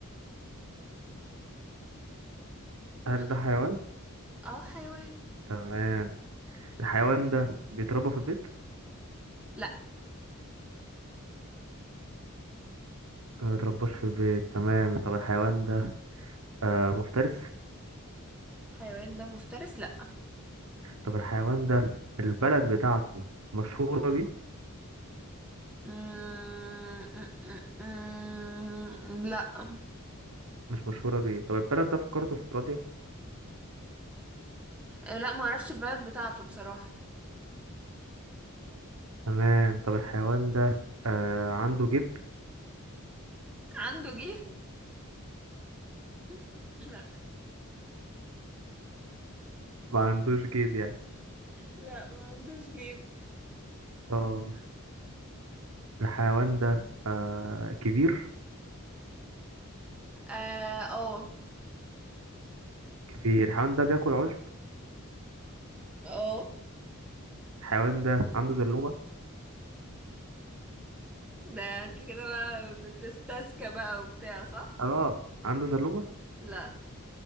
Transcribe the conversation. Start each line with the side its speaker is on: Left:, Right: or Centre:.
Right: هل
Centre: ما تشوف
Right: ده حيوان
Centre: اه حيوان
Right: تمام الحيوان ده بيتربى في البيت
Centre: لأ
Right: آه، ما بيترباش في البيت تمام طب الحيوان ده آه، مفترس
Centre: حيوان ده مفترس لأ
Right: طب الحيوان ده البلد بتاعته مشهورة بيه
Centre: آه، آه، آه، آه، آه، آه، لا آه،
Right: مش مشهورة بيه طب البلد ده في قارة استراليا
Centre: لا ما اعرفش البلد بتاعته بصراحة
Right: تمام طب الحيوان ده آه، عنده جيب
Centre: عنده جيب <laughs> لا
Right: ما عندوش جيب يعني
Centre: لا ما عندوش جيب
Right: طب الحيوان ده آه، كبير
Centre: اه اه
Right: كبير الحيوان ده بياكل عشب
Centre: آه.
Right: الحيوان ده عنده زلومة
Centre: ده انت كده بقى بتستذكى بقى وبتاع صح
Right: اه عنده زلومة
Centre: لا